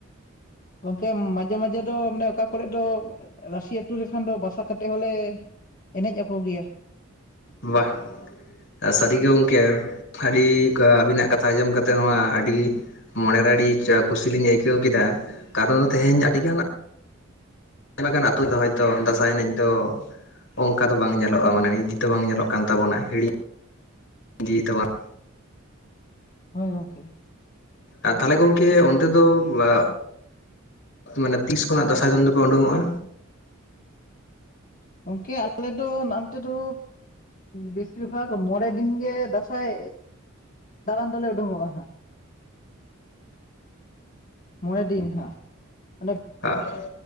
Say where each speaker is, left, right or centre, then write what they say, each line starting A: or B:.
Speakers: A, on the left (about 40°); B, on the left (about 65°).
A: ᱜᱚᱝᱠᱮ ᱢᱟᱡᱷᱮ ᱢᱟᱡᱷᱮ ᱫᱚ ᱢᱟᱱᱮ ᱚᱠᱟ ᱠᱚᱨᱮ ᱫᱚ ᱨᱟᱥᱤ ᱟᱛᱩ ᱞᱮᱠᱷᱟᱱ ᱫᱚ ᱵᱟᱥᱟ ᱠᱟᱛᱮᱜ ᱦᱚᱸᱞᱮ ᱮᱱᱮᱡ ᱟᱠᱚ ᱜᱮᱭᱟ᱾
B: ᱵᱟᱦ ᱟ, ᱥᱟᱹᱨᱤᱜᱮ ᱜᱚᱜᱠᱮ ᱟᱹᱰᱤ ᱟᱹᱵᱤᱱᱟᱜ ᱠᱟᱛᱷᱟ ᱟᱸᱡᱚᱢ ᱠᱟᱛᱮ ᱦᱚᱸ ᱟᱹᱰᱤ ᱢᱚᱱᱮᱨᱮ ᱟᱹᱰᱤ ᱪᱟ ᱠᱩᱥᱤ ᱞᱤᱧ ᱟᱹᱭᱠᱟᱹᱣ ᱠᱮᱫᱟ ᱠᱟᱨᱚᱱ ᱫᱚ ᱛᱮᱦᱮᱧ ᱟᱹᱰᱤ ᱜᱟᱱ ᱟᱭᱢᱟ ᱜᱟᱱ ᱟᱹᱛᱩ ᱫᱚ ᱦᱚᱭᱛᱳ ᱫᱟᱸᱥᱟᱭ ᱮᱱᱮᱡ ᱫᱚ ᱚᱝᱠᱟ ᱫᱚ ᱵᱟᱝ ᱧᱮᱞᱚᱜ-ᱟ ᱢᱟᱱᱮ <unintelligible> ᱫᱚ ᱵᱟᱝ ᱧᱮᱞᱚᱜ ᱠᱟᱱ ᱛᱟᱵᱚᱱᱟ ᱦᱤᱲᱤᱧ ᱤᱫᱤᱭ ᱛᱟᱵᱚᱱᱟ
A: ᱦᱳᱭ ᱜᱚᱝᱠᱮ᱾
B: ᱟᱨ ᱛᱟᱦᱞᱮ ᱜᱚᱝᱠᱮ ᱚᱱᱛᱮ ᱫᱚ ᱵᱟ ᱢᱟᱱᱮ ᱛᱤᱥ ᱠᱷᱚᱱᱟᱜ ᱫᱟᱸᱥᱟᱭ ᱫᱚᱱ ᱫᱚᱯᱮ ᱩᱰᱩᱝᱚᱜ-ᱟ?
A: ᱜᱚᱝᱠᱮ ᱟᱞᱮ ᱫᱚ ᱱᱟᱱᱛᱮ ᱫᱚ ᱵᱮᱥᱤᱨ ᱵᱷᱟᱜᱽ ᱢᱚᱬᱮ ᱫᱤᱱ ᱜᱮ ᱫᱟᱸᱥᱟᱭ ᱫᱟᱬᱟᱱ ᱫᱟᱞᱮ ᱩᱰᱩᱝᱚᱜ-ᱟ ᱦᱟᱸᱜ᱾ ᱢᱚᱬᱮ ᱫᱤᱱ ᱦᱟᱸᱜ᱾ ᱢᱟᱱᱮ
B: <unintelligible>